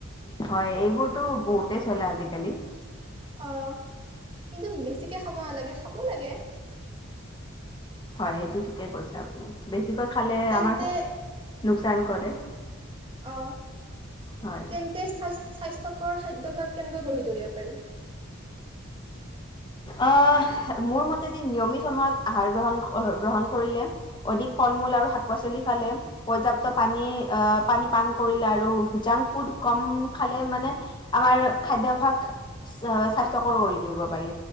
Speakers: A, on the left; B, on the right.
A: হয় এইবোৰতটো বহুতেই চলে আজিকালি
B: অ কিন্তু বেছিকে খাব নালাগে খাবও লাগে
A: হয় এইটো ঠিকেই কৈছে আপুনি বেছি বেছিকৈ খালে
B: তেন্তে
A: আমাৰ লোকচান কৰে।
B: অ',
A: হয়
B: তেনে তে থাই স্বাস্থ্যকৰ খাদ্যভয়াস কেনেকৈ গঢ়ি তুলিব পাৰি।
A: আহ ', মোৰ মতেদি নিয়মিত সময়ত আহাৰ গ্ৰহণ গ্ৰহণ কৰিলে অধিক ফল মূল আৰু শাক পাচলি খালে পৰ্যাপ্ত পানী আহ পানী পান কৰিলে আৰু জাংক ফুড কম খালে মানে আমাৰ খাদ্যভ্যাস স্বাস্থ্যকৰ কৰি তুলিব পাৰি